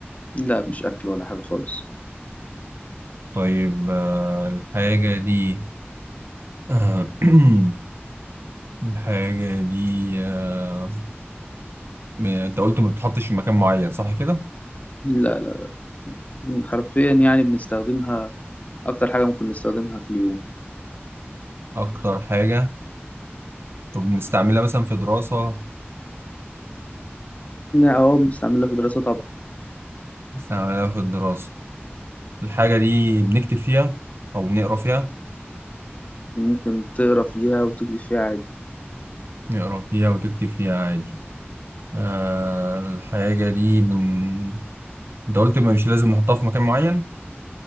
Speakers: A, on the left (about 35°); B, on the right (about 65°).
A: لا مش اكل ولا حاجه خالص
B: طيب آه، الحاجة دي آه، <clears throat> الحاجة دي آه، ب- أنت قلت ما بتتحطش في مكان معين صح كده
A: لا لا حرفيا يعني بنستخدمها اكتر حاجه ممكن نستخدمها في اليوم
B: أكتر حاجة طب بنستعملها مثلا في دراسة
A: اه بنستعملها في دراسه طبعا
B: بنستعملها في الدراسة الحاجة دي بنكتب فيها أو بنقرا فيها
A: ممكن تقرا فيها وتكتب فيها عادي
B: نقرا فيها وتكتب فيها عادي آه الحاجة دي بن... أنت قلت ما مش لازم نحطها في مكان معين